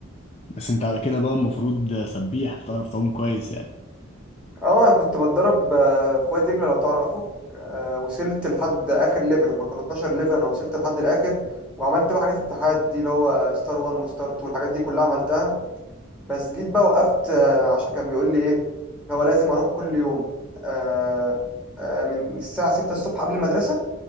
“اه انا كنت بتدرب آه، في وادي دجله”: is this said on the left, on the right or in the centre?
Centre